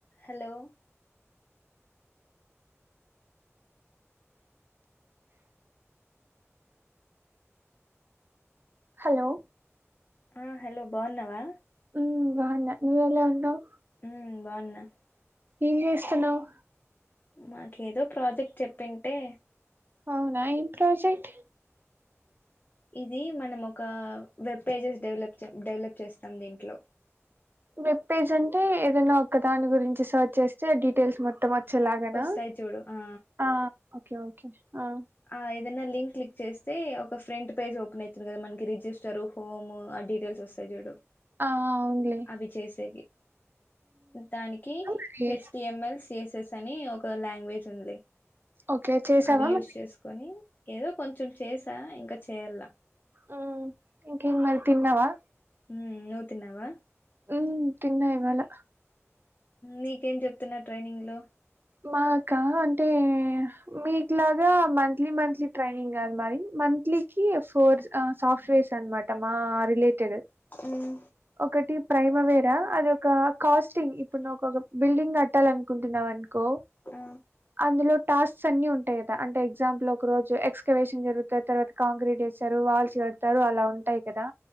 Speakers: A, on the left; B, on the right.
A: hello
B: hello
A: ఆ hello బాగున్నావా
B: ఉ బాగున్న నువ్వు ఎలా ఉన్నావు
A: ఊ బాగున్నా
B: ఏం చేస్తున్నావ్
A: నాకేదో ప్రాజెక్ట్ చెప్పింటే
B: అవునా ఏం ప్రాజెక్ట్
A: ఇది మనం ఒక వెబ్ పేజెస్ డెవలప్ డెవలప్ చేస్తాం దీంట్లో
B: వెబ్ పేజ్ అంటే ఏదైనా ఒక దాని గురించి సెర్చ్ చేస్తే డీటెయిల్స్ మొత్తం వత్ చ్చలాగనా
A: వస్తాయి చూడు ఆ
B: హా ఓకే ఓకే హా
A: ఆ ఏదైనా లింక్ క్లిక్ చేస్తే ఒక ఫ్రంట్ పేజ్ ఓపెన్ అవుతుంది కదా మనకి రిజిస్టర్ హోమ్ ఆ డీటెయిల్స్ వస్తు తాయి చూడు
B: ఆ అవుంగల్
A: అవి చేసేవి దానికి
B: చెయ్యి
A: హెచ్డిఎంఎల్స్ ఎస్ ఎస్ అని ఒక లాంగ్వేజ్ అనిడ్ల్
B: ఓకే చేసావా
A: అవి యూసెస్
B: మరి
A: తీకొని ఏదో కొంచెం చేసా ఇంకా చేయల్ల
B: ఉమ్ ఇంకేం మరి తిన్నావా
A: ఉమ్ నువ్వు తిన్నావా
B: ఉమ్ తిన్నా ఇవాళ
A: నీకేం చెప్తున్నారు ట్రైనింగ్ లో
B: మాకా అంటే మీకు లాగా మన్ లీ మంత్లీ ట్రైనింగ్ కాదు మరి మంత్లీ కి ఫోర్ ఆ సాఫ్టువేర్స్ అనమాట మా రిలేటడ్
A: ఉమ్
B: ఒకటి ప్రైమరీరా అదొక కాస్టింగ్ ఇప్పుడు ను ఒక బిల్డింగ్ కట్టాలి అనుకుంటున్నావు అను కో
A: హూ
B: అందులో టాస్క్స్ అన్ని ఉంటాయి కదా అంటే ఎగ్జంపుల్ ఒక రోజు ఎక్స్కరెషన్ జరుగుతద్ తర్వాత కాంక్రీట్ వేస్తారు వాల్స్ కడతారు అలా ఉంటాయి కదా